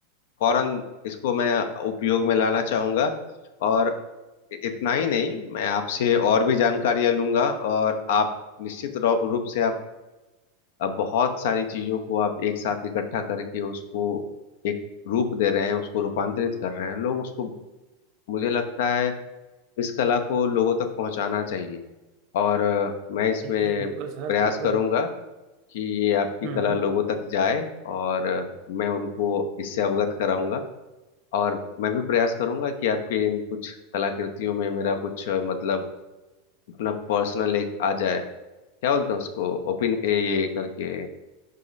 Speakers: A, on the left; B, on the right.
A: फौरन इसको मैं उपयोग में लाना चाहूंगा और इ- इतना ही नहीं मैं आपसे और भी जानकारियां लूंगा और आप निश्चित रो- रूप से आप अ, बहुत सारी चीजों को आप एक साथ इकट्ठा करके उसको एक रूप दे रहे हैं उसको रूपांतरित कर रहे हैं लोग उसको मुझे लगता है इस कला को लोगों तक पहुंचाना चाहिए और अ, मैं इसमें
B: जी जी बिल्कुल सर
A: प्रयास
B: बिल्कुल
A: करूंगा कि ये आपकी
B: हम्म
A: कला लोगों तक जाए और अ, मैं उनको इससे अवगत कराऊंगा और मैं भी प्रयास करूंगा कि आपके इन कुछ कलाकृतियों में मेरा कुछ अ, मतलब अपना पर्सनल एक आ जाए क्या बोलते हैं उसको ओपिन ये करके